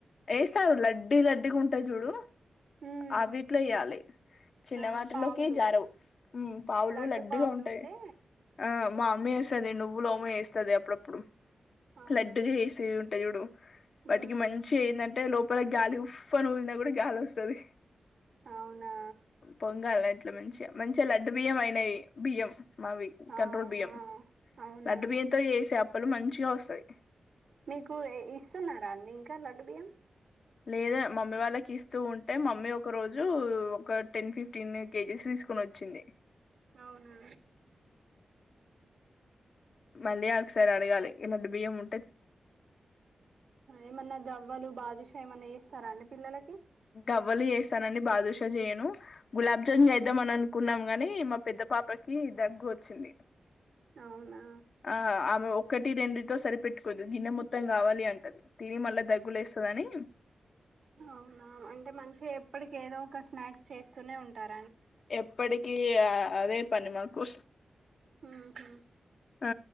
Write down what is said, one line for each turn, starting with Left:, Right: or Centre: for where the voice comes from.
Left: ఏస్తారు లడ్డీ లడ్డీగ ఉంటయి జూడు
Right: ఉమ్
Left: అవీట్లో ఎయ్యాలి చిన్నవాటిలోకి
Right: ఆహా పావులు
Left: జారవు. ఊమ్ పావులు
Right: లడ్డు
Left: లడ్డుగా
Right: పావులు
Left: ఉంటయి
Right: ఉంటే
Left: ఆ మా అమ్మ జేస్తది నువ్వుల ఓమ ఏస్తది అప్పుడప్పుడు
Right: అవునా
Left: లడ్డుగ జేస్తే ఉంటది జూడు వాటికి
Right: ఉమ్
Left: మన్ అంటే లోపల గాలి ఉఫను ఊదిన కూడా గాలి వస్తది
Right: అవునా
Left: బంగా ఇట్లా మంచిగా మంచిగా లడ్డు బియ్యం అయినవి బియ్యం మావి
Right: ఆ
Left: కంట్రోల్ బియ్యం
Right: ఆ అవునా
Left: లడ్డు బియ్యంతో చేసే అప్పలు మంచిగా వస్తాయి.
Right: మీకు ఇస్తున్నారా అండి ఇంకా లడ్డు బియ్యం
Left: లేద మమ్మీ వాళ్ళకి ఇస్తూ ఉంటే మమ్మీ ఒక రోజు ఒక టెన్ ఫిఫ్టీన్ కేజెస్ తీసుకుని వచ్చింది.
Right: అవునా
Left: మళ్ళీ ఒకసరి అడగాలి ఇలాడ్డు బియ్యంము
Right: ఏమన్నా గవ్వలు బాదుషా ఏమన్నా చేస్తారా అండి పిల్లలకి
Left: గవ్వలు చేస్తానండి బాదుషా చేయను గులాబ్ జామున్
Right: ఆ
Left: చేద్దామ అని అనుకున్నాం గాని మా పెద్ద పాపకి దగ్గు వచ్చింది
Right: అవునా
Left: ఆ ఆమె ఒకక్కటి రెండు సరిపెట్టుకోద్దు గిన్నె మొత్తం కావాలి అంటది తిని మళ్ళా దగ్గులేస్తదని
Right: అవునా అంటే మంచిగా ఎప్పటికి ఏదో ఒక స్నాక్స్ చేస్తూనే ఉంటార
Left: ఎప్పటికి అదే పని మాకు
Right: ఉహు
Left: ఆ